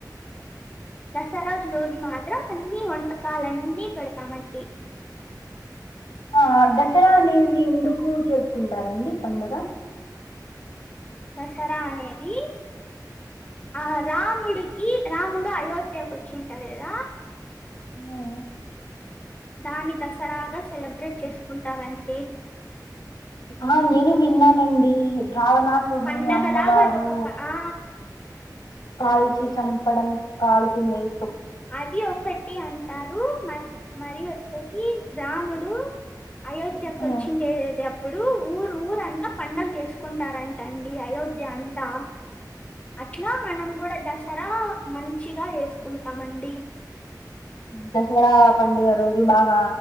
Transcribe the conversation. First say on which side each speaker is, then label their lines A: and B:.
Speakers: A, on the left; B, on the left.
A: దసరాజు రోజు మాత్రం అన్నిీ వంటకాలన్నీ పెడతామండి
B: ఆ దసరా అనేవి ఎందుకు జరుపుకుంటారంండి పండుగ
A: దసరా అనేది ఆ రాముడికి రాముడు అయోధ్యకు వచ్చింటాడు కదా
B: హ్మ
A: దాని దసరాగా సెలబ్రేట్ చేసుకుంటారండి
B: ఆ నేను విన్నానండి రావణాసుడిని
A: పండగలాగ
B: అమ్మవారు
A: అది ఒకప్ప ఆ
B: కాల్చి చంపడం కాలు కిందయి
A: అది ఒకటి అంటారు మ మరి వచ్చేసి రాముడు అయోధ్యకు
B: ఆహా
A: వచ్చిందేద ఇప్పుడు ఊరు ఊరంతా పడుగ చేసుకుంటారంట అండి అయోధ్య అంతా అట్లా మనం కూడా దష్ తర మంచిగా వేసుకుంట తమండి
B: దసరా పండుగ రోజు బాగా